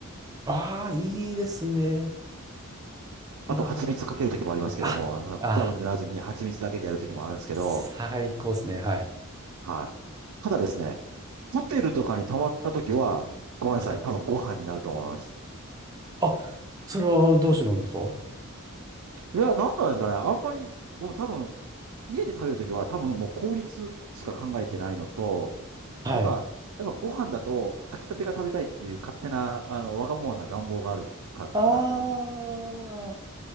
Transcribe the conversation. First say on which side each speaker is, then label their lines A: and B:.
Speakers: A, on the right; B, on the right.
A: ああ、いいですね。うわ
B: あと、蜂蜜かけるときもありますけども、
A: あ、
B: あのジャム塗らずに蜂蜜だけでやるときもあるんですけど、
A: あ、最高ですね。はい、
B: はい。ただですね、ホテルとかに泊まったときは、ごめんなさい、
A: はい。
B: 多分ご飯になると思います。
A: あ、それはどうしてなんですか
B: いや、なんなんですかね、あんまり、もう多分、家で食べるときは、多分もう効率しか考えてないのと、
A: はい。
B: なんか、やっぱご飯だと、炊きたてが食べたいっていう勝手な、あの、わがままな願望があるからかなと思います。
A: ああ、